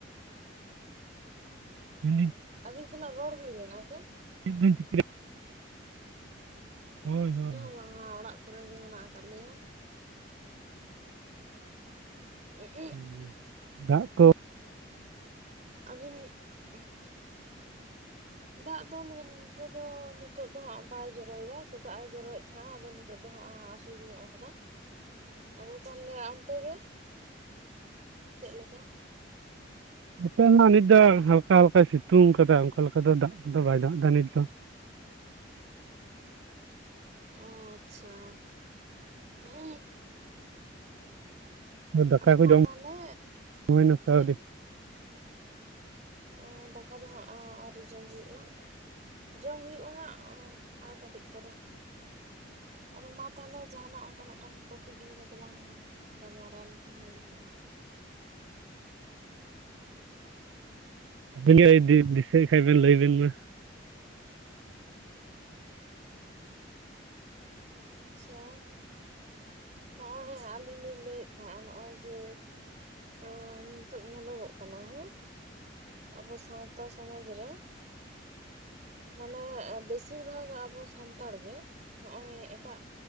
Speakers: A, on the right; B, on the right.
A: ᱢᱮᱱᱤ
B: ᱟᱵᱤᱱ ᱥᱮᱱᱟᱜ ᱨᱚᱲ ᱦᱩᱭ ᱞᱮᱱᱟ ᱦᱮᱸ ᱥᱮ?
A: ᱪᱮᱫ ᱵᱮᱱ ᱪᱤᱠᱟᱹᱭᱟ? ᱦᱳᱭ
B: ᱪᱤᱠᱟᱹ
A: ᱦᱳᱭ
B: ᱦᱚᱸ ᱵᱟᱝᱟ ᱚᱲᱟᱜ ᱠᱚᱨᱮ ᱜᱮ ᱢᱮᱱᱟᱜ ᱟᱠᱟᱜ ᱞᱮᱭᱟ᱾ <unintelligible>
A: ᱢᱩᱸ, ᱫᱟᱜ ᱠᱚ
B: ᱟᱵᱤᱱ <unintelligible> ᱫᱟᱜ ᱫᱚ ᱱᱚᱱᱛᱮ ᱫᱚ ᱱᱤᱛᱳᱜ ᱫᱚ ᱦᱟᱸᱜ ᱵᱟᱭ ᱡᱚᱨᱚᱭᱮᱫᱟ ᱥᱮᱛᱟᱜ ᱮ ᱡᱚᱨᱚᱭᱮᱫ ᱛᱟᱦᱮᱸᱜ-ᱟ ᱟᱫᱚ ᱱᱤᱛᱚᱜ ᱫᱚ ᱦᱟᱸᱜ ᱮ ᱟᱥ᱾ ᱟᱥᱩᱨ ᱧᱚᱜ ᱠᱟᱫᱟ, ᱟᱫᱚ ᱛᱟᱦᱞᱮ ᱚᱱᱛᱮ ᱜᱮ᱾ ᱪᱮᱜ ᱞᱮᱠᱟ?
A: ᱱᱚᱛᱮ ᱦᱚᱸ ᱱᱤᱛ ᱫᱚ ᱦᱟᱞᱠᱟ ᱦᱟᱞᱠᱟᱭ ᱥᱤᱛᱩᱝ ᱠᱟᱫᱟ᱾ ᱚᱠᱟ ᱞᱮᱠᱟ ᱫᱚ ᱫᱟᱜ ᱠᱚᱫᱚ ᱵᱟᱭ ᱫᱟᱜ ᱮᱫᱟ ᱱᱤᱛ ᱫᱚ᱾
B: ᱟᱪᱪᱷᱟ, ᱚ᱾
A: ᱫᱟᱠᱟ
B: ᱟᱫᱚ
A: ᱠᱚ
B: ᱢᱟ
A: ᱡᱚᱢ
B: ᱛᱟᱦᱞᱮ
A: ᱦᱩᱭᱱᱟ ᱥᱮ
B: ᱪᱮᱜ?
A: ᱟᱹᱣᱨᱤ
B: ᱮᱸ, ᱫᱟᱠᱟ ᱫᱚ ᱦᱟᱸᱜ ᱟᱸ ᱟᱨᱣᱨᱤ ᱡᱚᱢ ᱦᱩᱭᱩᱜ-ᱟ᱾ ᱡᱚᱢ ᱦᱩᱭᱩᱜ-ᱟ ᱦᱟᱸᱜ ᱟᱨ ᱠᱟᱹᱴᱤᱡ ᱯᱚᱨᱮ᱾ ᱟᱫᱚ ᱢᱟ ᱛᱟᱦᱞᱮ ᱡᱟᱸᱦᱟᱱᱟᱜ ᱚᱝᱠᱟ ᱢᱤᱫᱴᱟᱝ ᱴᱚᱯᱤᱠ ᱤᱫᱤ ᱠᱟᱛᱮ ᱞᱟᱝ ᱜᱟᱞᱢᱟᱨᱟᱣ ᱞᱮᱠᱷᱟᱱ ᱵᱷᱟᱹᱜᱤ ᱠᱚᱜ-ᱟ᱾
A: ᱟᱵᱤᱱ ᱜᱮ ᱡᱩᱫᱤ ᱫᱤᱥᱟᱹᱭ ᱠᱷᱟᱡ ᱵᱮᱱ ᱞᱟᱹᱭ ᱵᱤᱱ ᱢᱟ᱾
B: ᱟᱪᱪᱷᱟ᱾ ᱱᱚᱜᱼᱚᱭ ᱟᱹᱞᱤᱧ ᱞᱤᱧ ᱞᱟᱹᱭᱮᱫ ᱛᱟᱦᱮᱸᱜᱼᱟ ᱱᱚᱜᱼᱚᱭ ᱡᱮ ᱮᱸ ᱱᱤᱛᱚᱜ ᱧᱮᱞᱚᱜᱚᱜ ᱠᱟᱱᱟ ᱦᱮᱸ᱾ ᱟᱵᱚ ᱥᱟᱶᱛᱟ ᱥᱚᱢᱟᱡ ᱨᱮ ᱢᱟᱱᱮ ᱵᱮᱥᱤᱨ ᱵᱷᱟᱜᱽ ᱟᱵᱚ ᱥᱟᱱᱛᱟᱲ ᱜᱮ ᱱᱚᱜᱼᱚᱭ ᱮᱴᱟᱜ